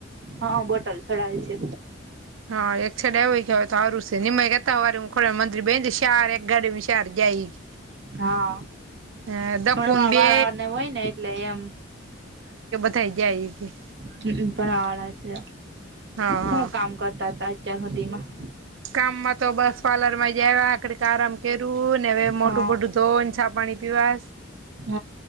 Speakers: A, on the right; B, on the right.
A: હા બોટલ ચડાવેલ છે.
B: હા, એક સાડ આવ કેય તો હારું છે નિમયતા વાર હ ખોડા મંત્રી બ શાર એક ગાડી શાર જાય <inaudible>
A: હા,
B: અ દકુન
A: ભણવા
B: બે
A: વાળને હોય ને એટલે એમ
B: થઈ જાય ઈ
A: હ ભણાવ વાળા છે,
B: હા હા
A: હું કામ કરતા હતા અત્યાર સુધીમાં
B: કામમાં તો બસ પાર્લર માં જ્યા આડી આરામ કર્યું ને, મોઢું
A: હા
B: બોઢુ ધોઇ ને ચા પાણી પીવા
A: હ